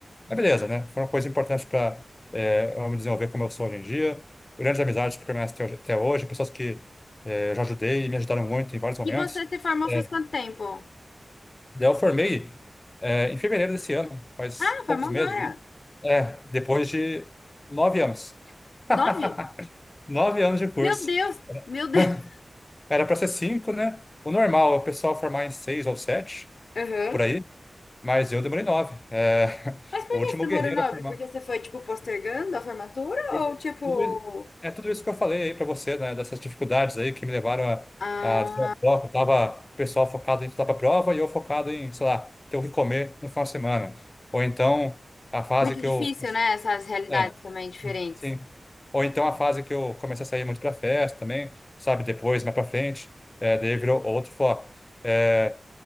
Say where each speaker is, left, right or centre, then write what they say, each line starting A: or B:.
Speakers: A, on the left (about 30°); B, on the left (about 75°).
A: Mas beleza, né? Foram coisas importantes para eu me desenvolver como eu sou hoje em dia, grandes amizades que permanecem até hoje, até hoje, pessoas que eh, eu já ajudei e me ajudaram muito em vários momentos.
B: E você se formou faz
A: É,
B: quanto tempo?
A: Daí eu formei é, em fevereiro desse ano, faz
B: Ah, formou
A: poucos meses,
B: agora.
A: né? É, depois de nove anos. <laughs>
B: Nove?
A: Nove anos de curso.
B: Meu Deus, meu Deus.
A: <laughs> Era para ser cinco, né? O normal é o pessoal formar em seis ou sete,
B: Aham.
A: por aí. Mas eu demorei nove. É, <laughs>
B: Mas por
A: o último
B: que você demorou
A: guerreiro
B: nove?
A: a formar.
B: Porque você foi, tipo, postergando a formatura?
A: Por
B: Ou, tipo.
A: tudo isso- é tudo isso que eu falei aí para você, né? Dessas dificuldades aí que me levaram
B: Ah,
A: a, a desviar o foco. Tava o pessoal focado em estudar para prova e eu focado em, sei lá, ter o que comer no final de semana. Ou então a fase
B: muito
A: que
B: difícil,
A: eu.
B: né? Essas realidades
A: É,
B: também diferentes.
A: sim. Ou então a fase que eu comecei a sair muito para festa também, sabe? Depois, mais para frente, é, daí virou outro foco. É,